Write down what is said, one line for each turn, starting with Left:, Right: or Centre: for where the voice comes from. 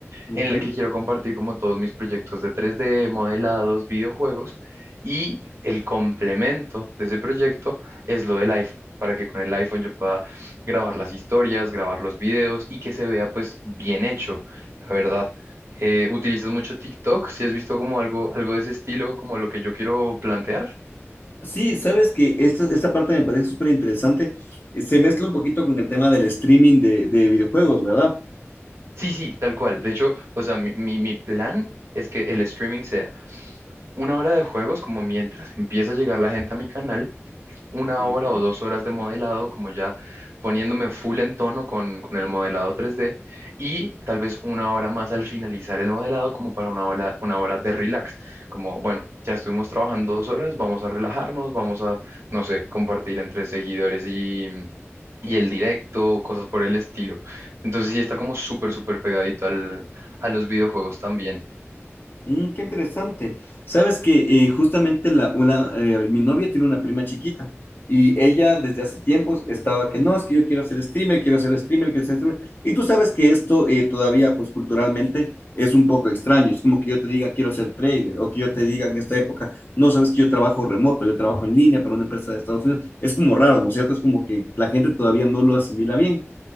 Left: Ujú.
Right: en la que quiero compartir como todos mis proyectos de 3D, modelados, videojuegos. Y el complemento de ese proyecto es lo del iPhone, para que con el iPhone yo pueda grabar las historias, grabar los videos y que se vea pues bien hecho, la verdad. Eh, ¿utilizas mucho TikTok? Si has visto como algo, algo de ese estilo, como lo que yo quiero plantear.
Left: Sí, sabes que esta, esta parte me parece súper interesante. Eh, Se mezcla un poquito con el tema del streaming de, de videojuegos, ¿verdad?
Right: Sí, sí, tal cual. De hecho, o sea, mi, mi, mi plan es que el streaming sea una hora de juegos, como mientras empieza a llegar la gente a mi canal, una
Left: Ok.
Right: hora o dos horas de modelado, como ya poniéndome full en tono con, con el modelado 3D, y tal vez una hora más al finalizar el modelado, como para una hora, una hora de relax, como, bueno, ya estuvimos trabajando dos horas, vamos a relajarnos, vamos a, no sé, compartir entre seguidores y... Y el directo, cosas por el estilo. Entonces sí está como súper, súper pegadito al, a los videojuegos también.
Left: Mm, qué interesante. Sabes que eh, justamente la, una, eh, a ver, mi novia tiene una prima chiquita y ella desde hace tiempos estaba que no, es que yo quiero ser streamer, quiero ser streamer, quiero ser streamer. Y tú sabes que esto eh, todavía, pues culturalmente, es un poco extraño. Es como que yo te diga quiero ser trader o que yo te diga en esta época, no sabes que yo trabajo remoto, yo trabajo en línea para una empresa de Estados Unidos. Es como raro, ¿no es cierto? Es como que la gente todavía no lo asimila bien.